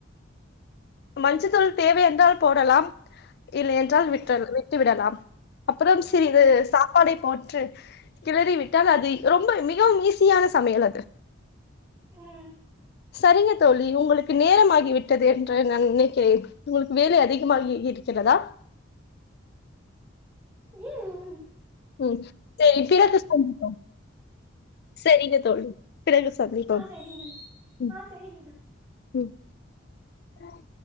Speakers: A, on the left; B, on the right.
A: மஞ்ச தூள் தேவை என்றால் போடலாம் இல்லை என்றால்
B: ம்
A: விற்றல் வி ட்டு விடலாம் அப்றோ சிறிது
B: ம்
A: சாப்பாடை போ ட்ரு கிளறி விட்டால் அது ரொம்ப மிகவும் ஈஸியான சமையல் அது
B: ம்
A: சரிங்க தோழி உங்களுக்கு நேரமாகி விட்டது என்ற நா நினைக்கிறேன் உங்களுக்கு வேலை அதிகமாகி இருக்கிறதா
B: உம் <unintelligible>
A: உம் செரி பிறகு சந்திப்போ செரிங்க தோழி பிறகு சந்திப்போம்
B: ஆ சரிங்க
A: உம்
B: ஆ சரிங்க தோழி
A: உம் அஹ்